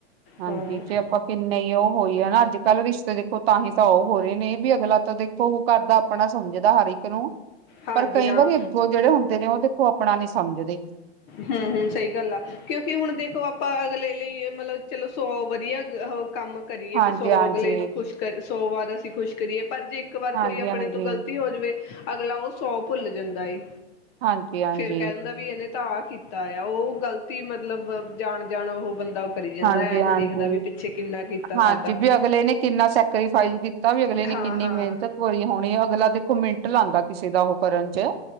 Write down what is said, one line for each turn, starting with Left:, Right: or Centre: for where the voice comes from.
Right: ਹਾਂਜੀ
Left: ਹੂੰ।
Right: ਜੇ ਆਪਾਂ ਕਿੰਨੇ ਉਹ ਹੋਈ ਹਨਾ ਅੱਜ ਕੱਲ੍ਹ ਰਿਸ਼ਤੇ ਦੇਖੋ ਤਾਂਹੀ ਤਾਂ ਉਹ ਹੋ ਰਹੇ ਨੇ ਵੀ ਅਗਲਾ ਤਾਂ ਦੇਖੋ ਉਹ ਕਰਦਾ ਆਪਣਾ ਸਮਝਦਾ ਹਰ ਇੱਕ ਨੂੰ
Left: ਹਾਂਜੀ
Right: ਪਰ ਕਈ
Left: ਹਾਂ
Right: ਵਾਰੀ ਅੱਗੋਂ ਜਿਹੜੇ ਹੁੰਦੇ ਨੇ ਉਹ ਦੇਖੋ ਆਪਣਾ ਨੀ ਸਮਝਦੇ।
Left: ਹੂੰ-ਹੂੰ ਸਹੀ ਗੱਲ ਆ ਕਿਉਂਕਿ ਹੁਣ ਦੇਖੋ ਆਪਾਂ ਅਗਲੇ ਲਈ ਮਤਲਬ ਚਲੋ ਸੌ ਵਧੀਆ ਉਹ ਕੰਮ ਕਰੀਏ
Right: ਹਾਂਜੀ
Left: ਵੀ ਸੌ
Right: ਹਾਂਜੀ
Left: ਅਗਲੇ ਨੂੰ ਖੁਸ਼ ਕਰ ਸੌ ਵਾਰ ਅਸੀਂ ਖੁਸ਼ ਕਰੀਏ। ਪਰ ਜੇ ਇੱਕ ਵਾਰ
Right: ਹਾਂਜੀ
Left: ਕੋਈ ਆਪਣੇ
Right: ਹਾਂਜੀ
Left: ਤੋਂ ਗ਼ਲਤੀ ਹੋ ਜਾਵੇ ਅਗਲਾ ਉਹ ਸੌ ਭੁੱਲ ਜਾਂਦਾ ਏ।
Right: ਹਾਂਜੀ- ਹਾਂਜੀ।
Left: ਫੇਰ ਕਹਿ ਦਿੰਦਾ ਵੀ ਇਹਨੇ ਤਾਂ ਕੀਤਾ ਆ ਉਹ ਗ਼ਲਤੀ ਮਤਲਬ ਜਾਣ- ਜਾਣ ਉਹ ਬੰਦਾ ਉਹ ਕਰੀ ਜਾਂਦਾ
Right: ਹਾਂਜੀ-
Left: ਐ ਨੀ
Right: ਹਾਂਜੀ
Left: ਦੇਖਦਾ ਵੀ ਪਿੱਛੇ ਕਿੰਨਾ ਕੀਤਾ
Right: -ਹਾਂਜੀ
Left: ਸਾਡਾ
Right: ਵੀ ਅਗਲੇ ਨੇ ਕਿੰਨਾ ਸੈਕਰੀਫਾਈਸ ਕੀਤਾ ਵੀ ਅਗਲੇ ਨੇ
Left: ਹਾਂ
Right: ਕਿੰਨੀ
Left: ਹਾਂ
Right: ਮਿਹਨਤ ਵਾਲ ਹੋਣੀ ਅਗਲਾ ਦੇਖੋ ਮਿੰਟ ਲਾਉਂਦਾ ਕਿਸੇ ਦਾ ਉਹ ਕਰਨ 'ਚ